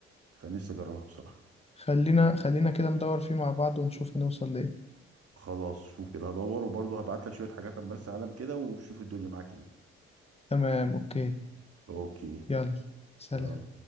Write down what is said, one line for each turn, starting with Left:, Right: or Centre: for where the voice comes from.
Right: فنفسي أجربها بصراحة
Left: خلينا خلينا كده ندور فيه مع بعض ونشوف هنوصل لإيه
Right: خلاص شوف كده هدور وبرضه هبعت لك شوية حاجات عن مرسى علم كده وشوف الدنيا معاك إيه
Left: تمام أوكي
Right: أوكي
Left: يلا سلام
Right: يلا